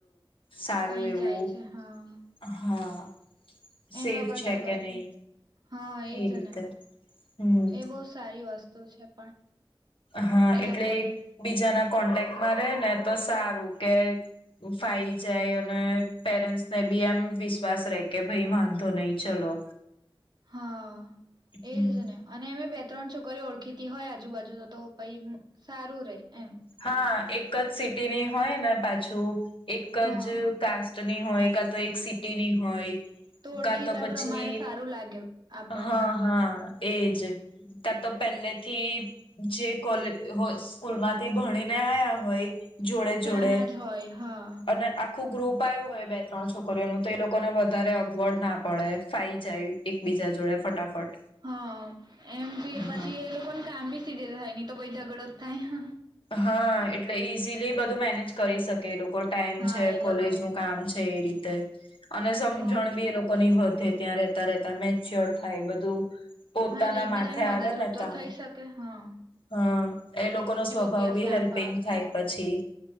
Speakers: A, on the left; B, on the right.
A: સારું
B: કઈ
A: એવું
B: જાય છે હા.
A: હા.
B: એન
A: સેફ
B: વગર
A: છે
B: તો બાકી
A: કે નહી
B: હા એજ
A: એ રીતે
B: ને
A: હમ
B: એ બહ સારી વસ્તુ. તો છે પણ
A: હા
B: એ
A: એટલે
B: લોકોની
A: બીજાના. કોન્ટેકમાં રે ને તો સારું કે ફાઈ જાય અને પેરેન્ટસને બી એમ વિ વિશ્વાસ રહે કે ભાઈ વાંધો નહીં. ચલો.
B: હા
A: હમ
B: એજ ને અને એમે બે ત્રણ છોકરી ઓળખીતી હોય આજુબાજુ તો તો પહી સારું રે. એમ
A: હા એક. કચ્છ સિટીની હોય ને પાછું એક
B: હા
A: જ કાસ્ટની હોય કા તો એક સિટીની હોય
B: તો ઓળખીતા
A: કા પછી
B: પ્રમાણે સારું લાગે આપણને
A: હા
B: બી
A: હા એજ ત્યાં તો પહેલેથી જે કો સ્કૂલમાં થી ભણી ને આયા હોય જોડે જોડે
B: ત્યાંના જ હોય હા
A: અને આખું ગ્રુપ આવ્યું હોય બે, ત્રણ છોકરીઓનું તો એ લોકોને વધારે અગવડ ના પડે ફાઈ જાય એકબીજા જોડે ફટાફટ
B: હા, એમથી પછી
A: હા
B: એ લોકોને કામ બી સીધે થાય તો, ભઈ ઝઘડો થાય
A: હા, એટલે ઈઝીલી બધું મેનેજ કરી શકે એ લોકો ટાઈમ
B: હા
A: છે
B: એ
A: કોલેજ
B: લોકો
A: નું કામ છે એ રીતે તે અને સમજણ
B: હા
A: બી એ લોકો ની વધે ત્યાં રહેતા રહેતા મેચ્યોર થાય બધું પોતાના
B: હા એટલે એકબીજાને
A: માથે
B: મદદરૂપ
A: આવે ને
B: તો
A: કામ
B: થઈ શકે હા
A: હ એ લોકોનો સ્વભાવ
B: કો દિવસ
A: બી
B: ના
A: હેલ્પિંગ
B: ફાવે,
A: થાય પછી.